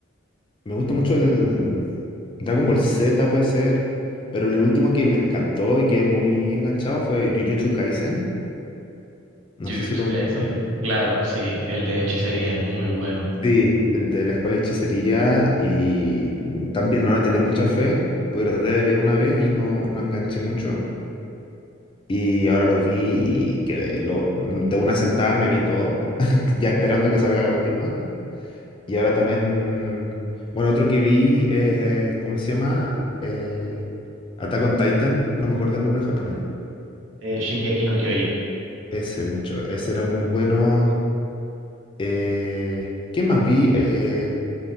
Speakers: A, on the left; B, on the right.
A: me gusta mucho el Dragon Ball Z puede ser, pero el último que me encantó y quedé muy enganchado fue Jujutsu Kaisen. No
B: Jujutsu
A: sé si lo
B: Kaisen.
A: has visto.
B: Claro, sí, el de hechicería es muy bueno.
A: Sí, el de la escuela de hechicería y también no le tenía mucha fe, porque lo traté de ver una vez y no, no enganché mucho. Y ahora lo vi y quedé, lo, de una sentada me vi todo, <laughs> ya esperando que salga la última. Y ahora también, bueno, otro que vi es, eh, ¿cómo se llama? Eh, Attack on Titan, no me acuerdo el nombre en japonés.
B: Eh, Shingeki no Kyojin.
A: Ese mucho, ese era muy bueno. Eh, ¿qué más vi? Eh,